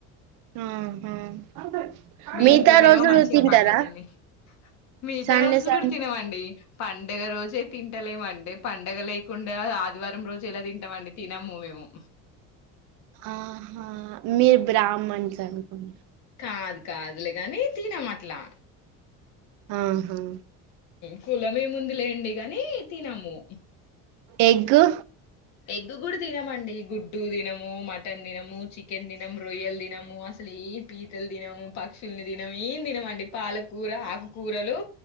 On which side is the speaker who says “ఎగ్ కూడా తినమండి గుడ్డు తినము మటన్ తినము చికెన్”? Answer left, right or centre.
Left